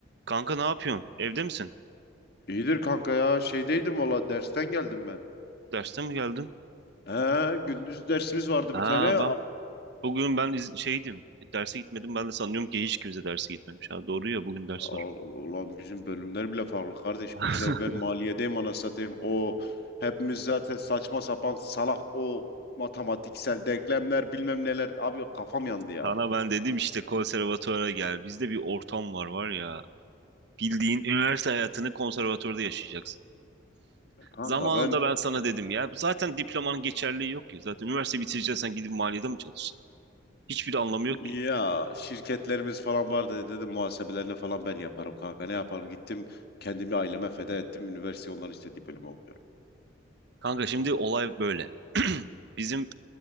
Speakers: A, on the right (about 55°); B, on the left (about 50°).
A: Kanka ne yapıyorsun? Evde misin?
B: İyidir kanka ya. Şeydeydim valla dersten geldim ben.
A: Derste mi geldin?
B: He, gündüz dersimiz vardı
A: Aa
B: bir tane. Al-
A: ben bugün ben iz- şeydim. Derse gitmedim. Ben de sanıyorum ki hiç kimse derse gitmemiş. Ha doğru ya bugün ders
B: al-
A: var.
B: Ulan bizim bölümler bile farklı kardeş.
A: <laughs>
B: Bizde ben maliyedeyim ana satayım. O hepimiz zaten saçma sapan salak o matematiksel denklemler bilmem neler. Abi yok, kafam yandı ya.
A: Sana ben dedim işte konservatuvara gel. Bizde bir ortam var var ya. Bildiğin üniversite hayatını konservatuvarda yaşayacaksın.
B: E Kanka
A: Zamanında
B: ben
A: ben sana dedim ya. Zaten diplomanın geçerliği yok ki. Zaten üniversite bitireceksen gidip maliyede mi çalışacaksın? Hiçbir anlamı yok
B: ya
A: ki.
B: şirketlerimiz falan vardı dedim muhasebelerini falan ben yaparım kanka. Ne yaparım gittim kendimi aileme feda ettim. Üniversite onların istediği bölümü okuyorum.
A: Kanka şimdi olay böyle. <clears throat> Bizim